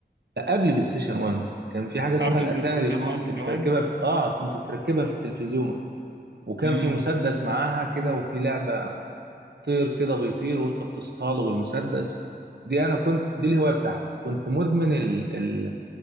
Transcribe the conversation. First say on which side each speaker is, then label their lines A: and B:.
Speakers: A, on the right; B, on the right.
A: لا قبل بلاي ستيشن 1 كان في حاجه اسمها
B: قبل
A: الاتاري
B: البلاي ستيشن
A: كنت
B: 1
A: بتركبها
B: كمان
A: في... اه كنت بتركبها في التلفزيون وكان
B: امم
A: في مسدس معاها كده وفي لعبه طير كده بيطير وانت بتصطاده بالمسدس دي انا كنت دي الهوايه بتاعتي كنت مدمن ال... ال-